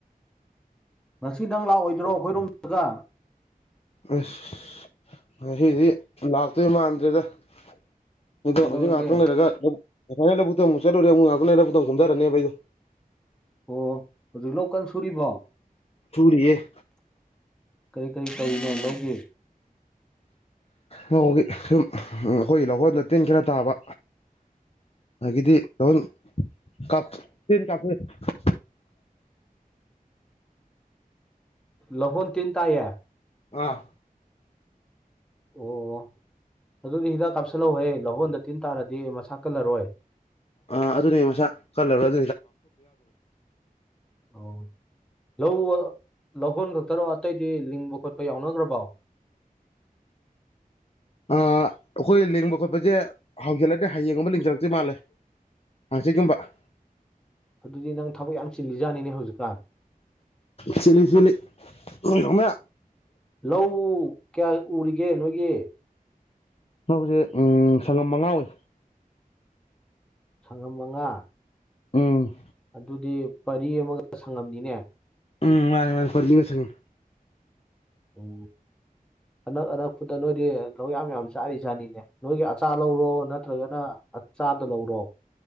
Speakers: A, in the centre; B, on the left.
A: ꯉꯁꯤ ꯅꯪ ꯂꯥꯛꯑꯣꯏꯗ꯭ꯔꯣ ꯑꯩꯈꯣꯏꯔꯣꯝꯗꯒ
B: ꯑꯁ ꯉꯁꯤꯗ ꯂꯛꯇꯧ ꯃꯟꯗꯔ꯭ꯦꯗꯥ <unintelligible>
A: ꯀꯩꯗꯧꯔꯒꯦ ꯑꯣ ꯍꯧꯖꯤꯛ ꯂꯧꯀꯥꯟ ꯁꯨꯔꯤꯕꯣ
B: ꯁꯨꯔꯤꯑꯦ
A: ꯀꯔꯤ ꯀꯔꯤ ꯇꯧꯔꯤꯅꯣ ꯂꯧꯒꯤ꯫
B: ꯂꯧꯒꯥ ꯁꯨꯝ ꯑꯩꯈꯣꯢ ꯂꯧꯍꯣꯟꯗꯣ ꯇꯤꯟ ꯈꯔ ꯇꯥꯕꯥ ꯑꯒꯤꯗꯤ <unintelligible>
A: ꯂꯥꯍꯣꯟ ꯇꯤꯟ ꯇꯥꯏꯌꯦ
B: ꯑꯥ
A: ꯑꯣ ꯑꯗꯨꯗꯤ ꯍꯤꯗꯥꯛ ꯀꯥꯞꯁꯤꯜꯍꯧꯍꯦ ꯂꯧꯍꯣꯟꯗ ꯇꯤꯝ ꯇꯔꯗ ꯃꯁꯥ ꯀꯟꯂꯂꯣꯏ
B: ꯑꯥ ꯑꯗꯨꯗ ꯃꯁꯥ ꯀꯟꯂꯂꯣꯏ
A: ꯑꯣ ꯂꯧ ꯂꯧꯍꯣꯟ ꯈꯛꯇꯔꯣ ꯑꯇꯩꯗꯤ ꯂꯤꯡꯕ ꯈꯣꯠꯄ ꯌꯥꯎꯅꯈ꯭ꯔꯕꯣ
B: ꯑꯥ ꯑꯩꯈꯣꯏ ꯂꯦꯡꯕ ꯈꯣꯠꯄꯁꯦ ꯍꯧꯖꯤꯟꯂꯅꯤ ꯍꯥꯌꯦꯡ ꯒꯨꯝꯕ ꯂꯤꯡꯒꯗꯕ ꯃꯟꯂꯦ ꯍꯥꯡꯆꯤꯠ ꯒꯨꯝꯕ
A: ꯑꯗꯨꯗꯤ ꯅꯪ ꯊꯕꯛ ꯌꯥꯝ ꯆꯤꯜꯂꯤꯖꯥꯠꯅꯤꯅꯦ ꯍꯧꯖꯤꯛꯀꯥꯟ
B: ꯁꯤꯠꯂꯤ ꯁꯤꯠꯂꯤ ꯅꯣꯏꯗꯧꯅ
A: ꯂꯧ ꯀꯌꯥ ꯎꯔꯤꯒꯦ ꯅꯣꯏꯒꯤ
B: ꯂꯧꯁꯦ ꯁꯪꯒꯝ ꯃꯉꯥ ꯎꯏ
A: ꯁꯪꯉꯝ ꯃꯉꯥ
B: ꯎꯝ
A: ꯑꯗꯨꯗꯤ ꯄꯔꯤ ꯑꯃꯒ ꯁꯪꯉꯝꯅꯤꯅꯦ
B: ꯎꯝ ꯃꯥꯅꯦ ꯃꯥꯅꯦ ꯐꯠꯂꯤ <unintelligible>
A: ꯑꯣ ꯑꯅꯛ ꯑꯅꯛꯄꯗ ꯅꯣꯏꯗꯤ ꯂꯧ ꯌꯥꯝ ꯌꯥꯝ ꯆꯥꯔꯤꯖꯥꯠꯅꯤꯅꯦ ꯅꯣꯏꯒꯤ ꯑꯆꯥ ꯂꯧꯔꯣ ꯅꯠꯇ꯭ꯔꯒꯅ ꯆꯥꯗ ꯂꯧꯔꯣ